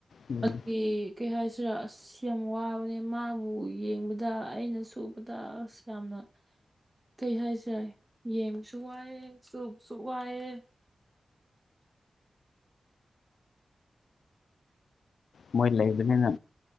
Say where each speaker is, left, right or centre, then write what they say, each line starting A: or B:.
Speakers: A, on the left; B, on the right.
A: ꯎꯝ
B: ꯑꯗꯨꯒꯤ ꯀꯩ ꯍꯥꯏꯁꯤꯔ ꯑꯁ ꯌꯥꯝ ꯋꯥꯕꯅꯦ ꯃꯥꯕꯨ ꯌꯦꯡꯕꯗ ꯑꯩꯅꯁꯨ ꯎꯕꯗ ꯑꯁ ꯌꯥꯝꯅ ꯀꯩ ꯍꯥꯏꯁꯤꯔꯥ ꯌꯦꯡꯕꯁꯨ ꯋꯥꯏꯑꯦ ꯎꯕꯁꯨ ꯋꯥꯏꯑꯦ
A: ꯃꯣꯏꯁꯨ ꯂꯩꯕꯅꯤꯅ